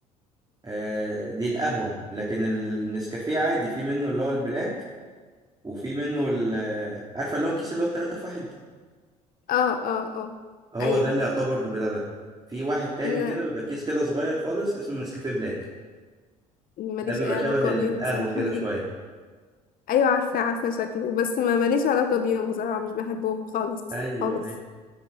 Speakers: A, on the right; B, on the left.
A: آه، دي القهوة لكن النسكافيه عادي في منه اللي هو البلاك وفي منه ال آه، عارفة اللي هو الكيس اللي هو التلاتة في واحد
B: اه اه اه
A: هو
B: ايوه
A: ده اللي يعتبر بلبن في واحد تاني
B: لا
A: كده بيبقى كيس كده صغير خالص اسمه نسكافيه بلاك
B: ماليش
A: ده بيبقى
B: اي علاقة
A: شبه القهوة
B: بيهم بصراحة
A: كده شوية
B: <laughs> ايوه عارفة عارفة شكله بس ما ماليش علاقة بيهم بصراحة مش بحبهم خالص
A: أيوه
B: خالص
A: أيوه